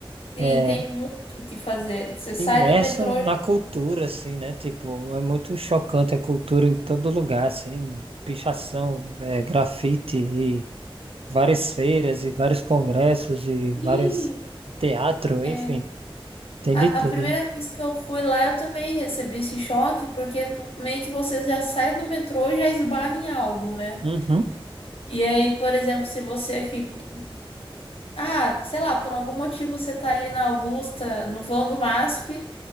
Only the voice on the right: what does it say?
Eh,
imerso
na
cultura, assim, né? Tipo, é muito chocante a cultura em todo lugar, assim, pichação, é, grafite e várias feiras e vários congressos e vários
teatro,
enfim, tem
de tudo,
né?
Uhum.